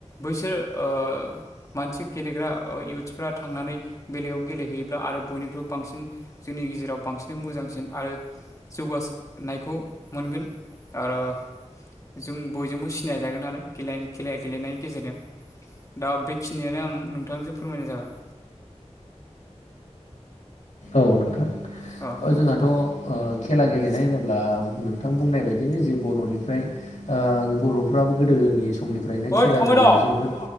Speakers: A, on the left (about 25°); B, on the left (about 85°).
A: बैसोर ओ मानसि गेलेग्रा इयुथ्सफ्रा थांनानै बेलेगायाव गेलेहैयोब्ला आरो बयनिख्रुइबो बांसिन जोंनि गेजेराव बांसिन मोजांसिन आरो जौगासो नायखौ मोनगोन आरो जों बयजोंबो सिनायजागोन आरो <unintelligible> खेला गेलेनायनि गेजेरजों दा बेखिनियानो आं नोंथांजों फोरमायनाय जाबाय
B: औ नोंथां
A: अ
B: ओ जोंहाथ' ओ खेला गेलेनाय होनोब्ला नोंथां बुंनाय बायदिनो जे बर'निफ्राय ओ बर'फ्राबो गोदोनि समनि फ्रायनो
A: ओइ
B: खेला
A: थांबाय
B: दुलायाव
A: दं
B: जोबोद